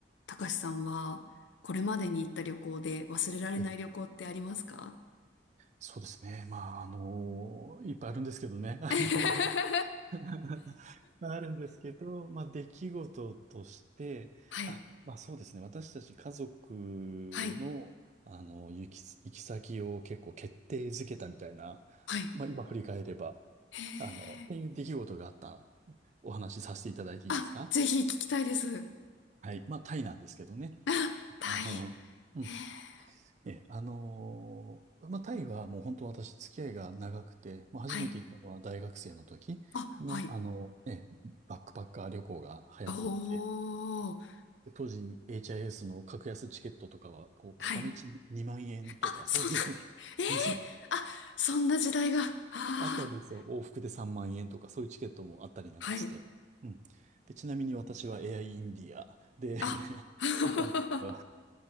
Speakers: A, on the left; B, on the right.
A: たかしさんは、これまでに行った旅行で忘れられない旅行ってありますか
B: え、そうですね。まあ、あのいっぱいあるんですけどね。あの
A: <laughs>
B: <laughs> あるんですけど、まあ、出来事として、
A: はい、
B: あ、まあそうですね。私たち家族
A: はい、
B: の、あの、行き、行き先を結構決定づけたみたいな、
A: はい。
B: まあ今振り返れば、
A: へえ。
B: あの、っていう出来事があったお話しさせていただいていいですか
A: あ、ぜひ聞きたいです。
B: はい。まあタイなんですけどね。
A: あ、タイ。
B: あの、うん
A: へえ。
B: ええ、あのーまあ、タイはもう本当私付き合いが長くて、まあ、初めて行ったのは大学生の時の、
A: はい。あ、はい。
B: あの、ええ、バックパッカー旅行が流行っていて、
A: おー。
B: で当時 HIS の格安チケットとかは、こう、
A: はい。
B: 片道2万円とか、
A: あ、そんな、
B: そういう
A: ええ
B: <laughs> そう、
A: あ、そんな時代が。あ
B: あったんですよ。
A: あ
B: 往復で3万円とか、そういうチケットもあったりなんかして。
A: はい。
B: うん。で、ちなみに私は AI イインディアで
A: あ、
B: <laughs>
A: <laughs>
B: 行ったんですけど